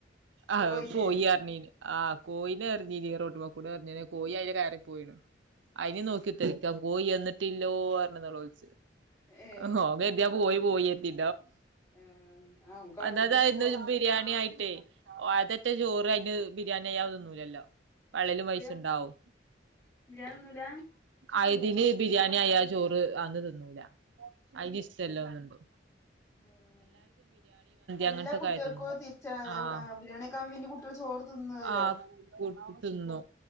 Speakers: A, on the right; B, on the left.
A: ആത്
B: പോയിനെ
A: പോയിഅറിഞ്ഞില് ആ കോയിനെ എറിഞ്ഞിനീ റോഡ്മേകൂടെ എറിഞ്ഞേനി കോയി അയിലെ കേറിപ്പോയിഅയിന് നോക്കികുത്തർ ക്യാ കോഴിയെന്ന്ട്ടില്ലോ അർണ് നൊളോൾ ച്ച്.
B: ഏ
A: അഹ് ഓൻകര്തി പോയിപോയികെര്തി
B: ആഹ് ആ ഓൻ കാട്ടിട്ടൊന്നും
A: ണ്ടാവുംഒന്നമത് ബിരിയാണിആയിട്ടേ അതൻ്റെചോറ് അതിന് ബിരിയാണി അയാതിന്നുലലോ പള്ളേല്
B: പോയില്ല
A: പൈച്ച്ണ്ടാവും
B: ബിരിയാണിയൊന്നുല്ല
A: ആയതിന് ബിരിയാണി ആയാ ചോറ് ആന്ന് തിന്നൂല അതിന് ഇഷ്ടല്ല ഓതമ്പ്
B: ഉം എല്ലാകുട്ടികൾക്കുംതിരിച്ച
A: അങ്ങനത്തൊക്കെ ആയി തിന്നും ആഹ്
B: ബിരിയാണിക്കെ പ്പൊ പിന്നെ കുട്ടികള് ചോറ്തിന്നൊല്ലോ
A: ആഹ് കൂട്ടി തിന്നു